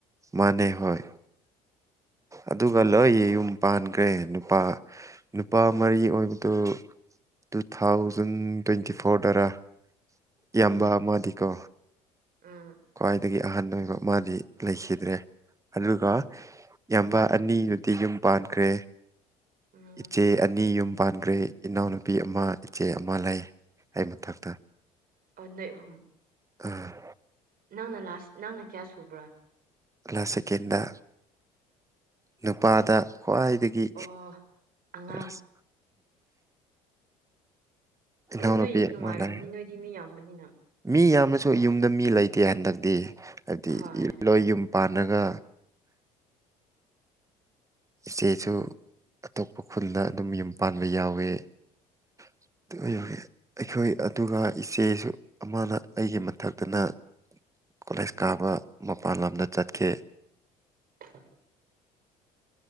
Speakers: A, on the right; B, on the right.
A: ꯃꯥꯅꯦ ꯍꯣꯏ ꯑꯗꯨꯒ ꯂꯣꯏ ꯌꯨꯝ ꯄꯥꯟꯒ꯭ꯔꯦ ꯅꯨꯄꯥ ꯅꯨꯄꯥ ꯃꯔꯤ ꯑꯣꯏꯕꯗꯨ ꯇꯨ ꯊꯥꯎꯖꯟ ꯇ꯭ꯋꯦꯟꯇꯤ ꯐꯣꯔꯗꯔꯥ ꯏꯌꯥꯝꯕ
B: ꯎꯝ
A: ꯑꯃꯥꯗꯤꯀꯣ
B: ꯎꯝ
A: ꯈ꯭ꯋꯥꯏꯗꯒꯤ ꯑꯍꯟ ꯑꯣꯏꯕ ꯃꯥꯗꯤ ꯂꯩꯈꯤꯗ꯭ꯔꯦ ꯑꯗꯨꯒ ꯏꯌꯥꯝꯕ
B: ꯑꯥ
A: ꯑꯅꯤꯗꯨꯗꯤ ꯌꯨꯝ ꯄꯥꯟꯈ꯭ꯔꯦ
B: ꯎꯝ
A: ꯏꯆꯦ ꯑꯅꯤ ꯌꯨꯝ ꯄꯥꯟꯈ꯭ꯔꯦ ꯏꯅꯥꯎꯅꯨꯄꯤ ꯑꯃ ꯏꯆꯦ ꯑꯃ ꯂꯩ ꯑꯩ ꯃꯊꯛꯇ
B: ꯑ ꯅꯣꯢ ꯑꯍꯨꯝ
A: ꯎꯝ
B: ꯅꯪꯅ ꯂꯥꯁ ꯅꯪꯅ ꯀꯌꯥ ꯁꯨꯕ꯭ꯔꯥ
A: ꯂꯥꯁ ꯁꯦꯀꯦꯟꯗ ꯅꯨꯄꯥꯗ ꯈ꯭ꯋꯥꯏꯗ ꯒꯤ
B: ꯑꯣ ꯑꯉꯥꯡ
A: ꯂꯥꯁ ꯏꯅꯥꯎꯅꯨꯄꯤ
B: ꯑꯗꯨ ꯅꯣꯏ ꯅꯨꯡꯉꯥꯏꯔꯝꯅꯤ
A: ꯑꯃ ꯂꯩ
B: ꯅꯣꯏꯗꯤ ꯃꯤ ꯌꯥꯝꯕꯅꯤꯅ
A: ꯃꯤ ꯌꯥꯝꯃꯁꯨ ꯌꯨꯝꯗ ꯃꯤ ꯂꯩꯇꯦ ꯍꯟꯗꯛꯇꯤ ꯍꯥꯏꯕꯗꯤ
B: ꯍꯣꯏ
A: ꯂꯣꯏ ꯌꯨꯝ ꯄꯥꯟꯂꯒ ꯏꯆꯦꯁꯨ ꯑꯇꯣꯞꯄ ꯈꯨꯟꯗ ꯑꯗꯨꯝ ꯌꯨꯝ ꯄꯥꯟꯕ ꯌꯥꯎꯋꯦ <unintelligible> ꯑꯩꯈꯣꯏ ꯑꯗꯨꯒ ꯏꯆꯦꯁꯨ ꯑꯃꯅ ꯑꯩꯒꯤ ꯃꯊꯛꯇꯅ ꯀꯣꯂꯦꯖ ꯀꯥꯕ ꯃꯄꯥꯟ ꯂꯝꯗ ꯆꯠꯈꯤ
B: <unintelligible>